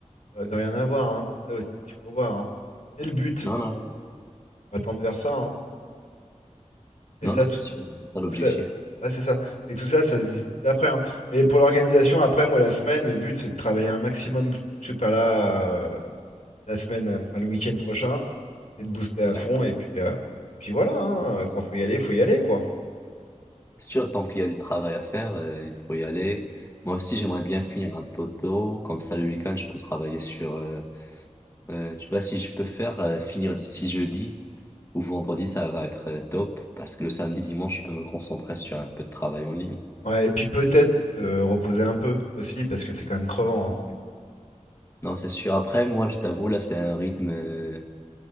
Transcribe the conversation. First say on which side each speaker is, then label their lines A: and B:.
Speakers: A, on the left; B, on the left.
A: de rien avoir, hein. C'est ça aussi qu'il faut voir, hein. C'est le but,
B: Non,
A: donc
B: non,
A: on... On va tendre vers ça, hein. Et
B: non,
A: ça,
B: non, c'est
A: tout,
B: sûr, c'est ça l'objectif.
A: tout ça, ouais, c'est ça. Et tout ça, ça se discute après, hein. Mais pour l'organisation, après, moi, la semaine, le but, c'est de travailler un maximum. Comme Je suis pas là euh, la semaine, euh, enfin le week-end prochain, c'est de booster à
B: Ouais.
A: fond. Et puis, euh, et puis voilà, hein. Quand faut y aller, faut y aller, quoi.
B: C'est sûr, tant qu'il y a du travail à faire, euh, il faut y aller. Moi aussi, j'aimerais bien finir un poteau, comme ça le week-end, je peux travailler sur... euh, Euh, tu vois, si je peux faire euh, finir d'ici jeudi ou vendredi, ça va être euh, top parce que le samedi, dimanche, je peux me concentrer sur un peu de travail en ligne.
A: Ouais, et puis peut-être euh, reposer un peu aussi, parce que c'est quand même crevant, hein, ce rythme.
B: Non, c'est sûr. Après, moi, je t'avoue, là, c'est un rythme euh,